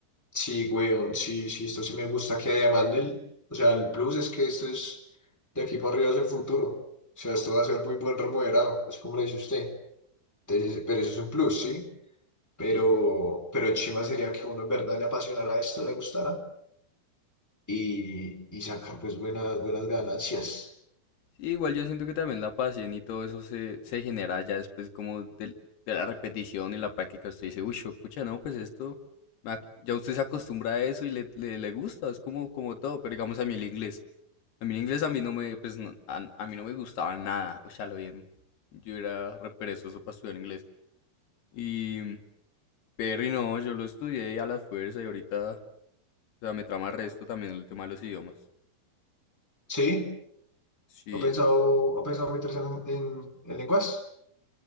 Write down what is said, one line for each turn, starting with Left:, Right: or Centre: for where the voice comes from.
Centre: Sí, weón, sí, sí, esto sí me gusta. Que además del, o sea, el plus es que esto es de aquí para arriba es el futuro. O sea, esto va a ser muy buen remodelado, así como lo dice usted. Entonces, pero eso es un plus, sí. Pero,
Left: Jesus.
Centre: pero chima sería que uno en verdad le apasionara esto, le gustara y, y sacar pues buenas, buenas ganancias.
Left: Sí, igual yo siento que también la pasión y todo eso se, se genera ya después como del- de, la repetición y la práctica. Usted dice, uy, pucha, no, pues esto, me ac- ya usted se acostumbra a eso y le, le, le gusta, es como, como todo, pero digamos a mí el inglés. A mí el inglés a mí no me, pues, no- a, a mí no me gustaba nada, o sea, lo bien. Yo era re perezoso para estudiar inglés. Y, pero y no, yo lo estudié a la fuerza y ahorita, o sea, me trama el resto también el tema de los idiomas.
Centre: Sí,
Left: Sí,
Centre: ¿ha pensado,
Left: sí, sí.
Centre: ha pensado meterse en, en, en lenguas?